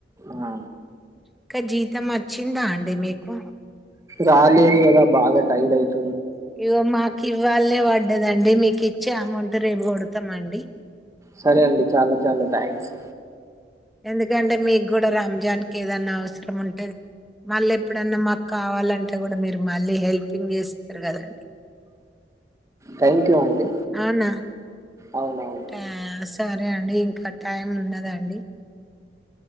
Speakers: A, on the right; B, in the centre.
A: ఆ
B: ఇక జీతం వచ్చిందా అండి మీకు
A: రాలేదు కదా బాగా టైట్ అయిత్
B: ఇగో మాక్ ఇవ్వాళే వడ్ ఉండదండి, మీకు ఇచ్చే అమౌంట్ రేపు కొడతం అండి.
A: సరే అండి, చాలా చాలా థ్యాంక్స్.
B: ఎందుకంటే మీగ్గూడ రంజాన్ కేదన్నా అవసరం ఉంటది, మల్లెప్ ప్పుడన్నా మాకు కావాలంటే కూడ మీరు మళ్ళీ హెల్పింగ్ చేస్తరు కదండి.
A: థ్యాంక్ యూ అండి
B: అవునా
A: అవునవును
B: ట్యాంక్స్ సరే అండి ఇంకట్ టైం ఉన్నదా అండి?